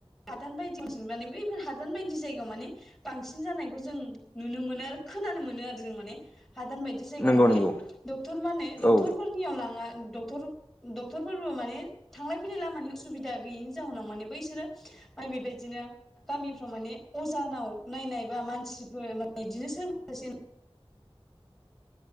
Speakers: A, in the centre; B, on the left.
A: हादान बायदि <unintelligible> बैफोर हादान बायदि जायगायाव माने बांसिन जानायखौ जों नुनो मोनो। खोनानो मोनो आरो जों माने हादान बाय दि जायगायाव
B: नंगौ
A: माने
B: नंगौ
A: डक्टर माने डक्टर
B: औ
A: फोरनियाव लाङा डक्टर डक्टरफोरबो माने थांलाय फैलाय लामानि उसुबिदा गैयिनि जाहोनाव माने बैसोरो बेबायदिनो गामिफ्राव माने अजानाव नायनायबा मानसिफोर माने बिदिनो <unintelligible>